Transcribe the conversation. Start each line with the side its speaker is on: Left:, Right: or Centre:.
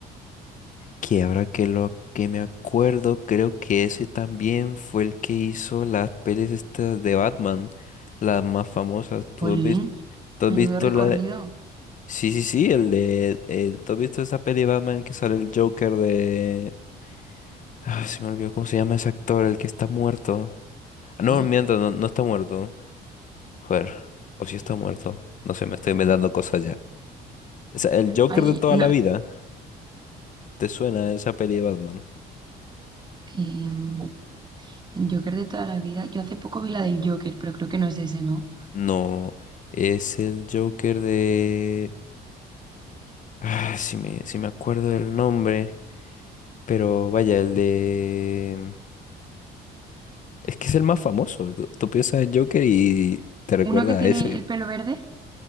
Left: Que ahora que lo que me acuerdo, creo que ese también fue el que hizo las pelis estas de Batman, las más famosas. ¿Tú
Right: Jolín,
Left: has visto? ¿Tú has
Right: menudo
Left: visto
Right: recorrido.
Left: la de... Sí, sí, sí, el de... el- ¿Tú has visto esa peli de Batman en que sale el Joker de... Ah, se me olvidó cómo se llama ese actor, el que está muerto. Ah, no,
Right: <laughs>
Left: miento, no, no está muerto. Joder, o si está muerto. No sé, me estoy inventando cosas ya. O sea, el Joker
Right: Ay,
Left: de toda
Right: no,
Left: la vida. ¿Te suena esa peli de Batman?
Right: em, El Joker de toda la vida. Yo hace poco vi la del Joker, pero creo que no es ese, ¿no?
Left: No, es el Joker de... Ah, si me, si me acuerdo del nombre. Pero vaya, el de... Es que es el más famoso. Tú, tú piensas en Joker y te recuerda
Right: Uno que tiene
Left: a ese.
Right: el pelo verde,